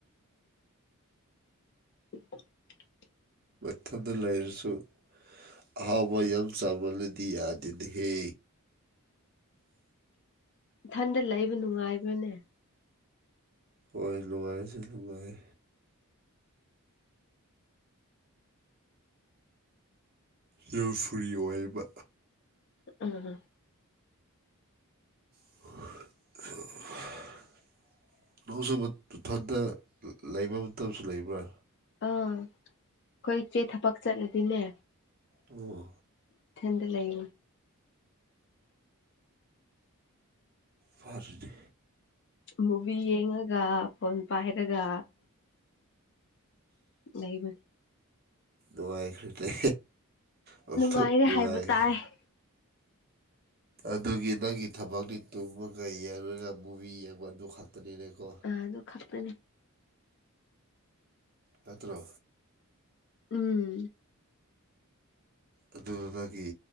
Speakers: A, on the left (about 50°); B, on the right (about 40°).
A: <unintelligible>
B: ꯃꯊꯟꯗ ꯂꯩꯔꯁꯨ ꯑꯍꯥꯎꯕ ꯌꯥꯝ ꯆꯥꯃꯜꯂꯗꯤ ꯌꯥꯗꯦꯅꯍꯦ
A: ꯏꯊꯟꯗ ꯂꯩꯕ ꯅꯨꯡꯉꯥꯏꯕ꯭ꯔꯅꯦ
B: ꯍꯣꯏ ꯅꯨꯡꯉꯥꯏꯁꯨ ꯅꯨꯡꯉꯥꯏ ꯌꯝ ꯐꯔꯤ ꯑꯣꯏꯕ
A: ꯎꯝ
B: <unintelligible> ꯅꯪꯁꯨ ꯏꯊꯟꯗ ꯂꯩꯕ ꯃꯇꯝꯁꯨ ꯂꯩꯕ꯭ꯔꯥ
A: ꯑꯥ ꯑꯩꯈꯣꯏ ꯏꯆꯦ ꯊꯕꯛ ꯆꯠꯂꯗꯤꯅꯦ
B: ꯑꯣ
A: ꯏꯊꯟꯗ ꯂꯩ
B: ꯐꯔꯦ
A: ꯃꯨꯚꯤ ꯌꯦꯡꯉꯒ ꯐꯣꯟ ꯄꯥꯏꯔꯒ ꯂꯩꯏꯕ
B: ꯅꯨꯡꯉꯥꯏꯈ꯭ꯔꯦꯅꯦ ꯑꯣꯟꯊꯣꯛ
A: ꯅꯨꯡꯉꯥꯏꯔꯦ
B: ꯅꯨꯡꯉꯥꯏꯈ꯭ꯔꯦ
A: ꯍꯥꯏꯕ ꯇꯥꯏ <unintelligible>
B: ꯑꯗꯨꯒꯤ ꯅꯪꯒꯤ ꯊꯕꯛꯅꯤ ꯇꯨꯝꯃꯒ ꯌꯦꯡꯉꯒ ꯃꯨꯚꯤ ꯌꯦꯡꯕ ꯑꯗꯨ ꯈꯛꯇꯅꯤꯅꯦꯀꯣ
A: ꯑ ꯑꯗꯨ ꯈꯛꯇꯅꯦ
B: ꯆꯠꯇ꯭ꯔꯣ
A: ꯎꯝ
B: ꯑꯗꯨꯅ ꯃꯥꯒꯤ